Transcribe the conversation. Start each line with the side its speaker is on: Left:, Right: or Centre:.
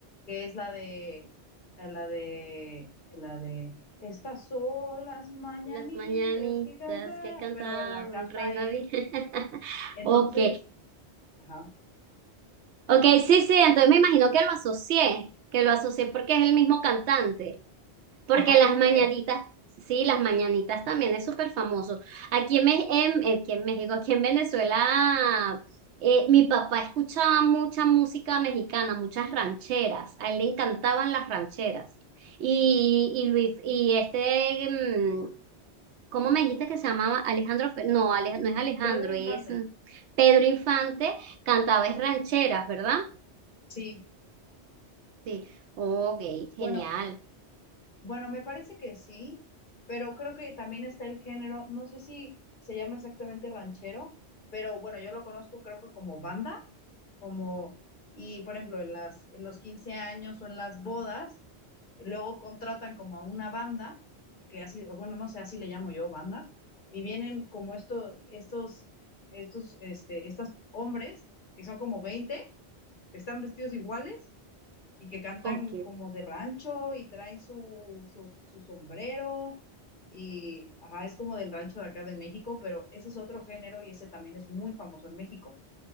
Left: que es la de, eh, la de, la de, estas son las mañanitas
Right: las mañanitas
Left: que canta,
Right: que cantaba
Left: pero la canta
Right: el rey David.
Left: él,
Right: <laughs>
Left: entonces,
Right: Ok,
Left: ajá,
Right: Ok, sí, sí, entonces me imagino que lo asocié, que lo asocié porque es el mismo cantante, porque
Left: ajá,
Right: las
Left: yo
Right: mañanitas,
Left: creo,
Right: sí, las mañanitas también es súper famoso. Aquí en, Me- en- aquí en México, aquí en Venezuela, eh, mi papá escuchaba mucha música mexicana, muchas rancheras, a él le encantaban las rancheras. Y, y Luis, y este, mm, ¿cómo me dijiste que se llamaba? Alejandro, Fe- no, Ale- no es Alejandro,
Left: Pedro Infante,
Right: es mm, Pedro Infante, cantaba es rancheras, ¿verdad?
Left: sí,
Right: Sí, ok, genial.
Left: bueno. Bueno, me parece que sí, pero creo que también está el género, no sé si se llama exactamente ranchero, pero bueno, yo lo conozco creo que como banda, como, y por ejemplo, en las, en los 15 años o en las bodas, luego contratan como a una banda, que así, o bueno, no sé, así le llamo yo, banda, y vienen como esto, estos, estos, este, estos hombres, que son como 20 que están vestidos iguales y que cantan
Right: Ok,
Left: como de rancho y traen su, su, su sombrero y ajá, es como del rancho de acá de México, pero ese es otro género y ese también es muy famoso en México.